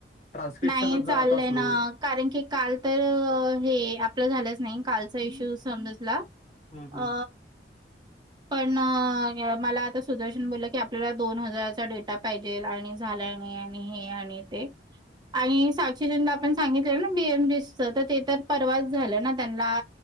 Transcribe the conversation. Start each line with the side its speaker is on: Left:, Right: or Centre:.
Left: ट्रान्स्क्रिप्शनच
Right: नाही चाललंय
Left: जरां आता स्लो
Right: ना, कारण की काल तर हे आपलं झालंच नाही कालचा इश्यू समजला
Left: हम्म
Right: अ
Left: हम्म
Right: पण मला आता सुदर्शन बोललं की आपल्याला दोन हजाराचा डेटा पाहिजे आणि झालं नाही आणि हे आणि ते आणि साक्षी जींला आपण सांगितले ना बीएम बीसच तर ते तर परवाच झालं ना त्यांना